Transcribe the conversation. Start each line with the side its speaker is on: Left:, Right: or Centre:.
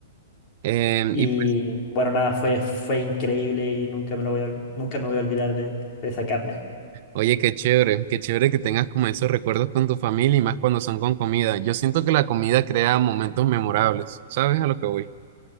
Right: Em,
Left: Y
Right: y pues,
Left: bueno, nada, fue, fue increíble y nunca me lo voy a, ol- nunca me voy a olvidar de, de esa carne.
Right: oye, qué chévere, qué chévere que tengas como esos recuerdos con tu familia y más cuando son con comida. Yo siento que la comida crea momentos memorables. ¿Sabes a lo que voy?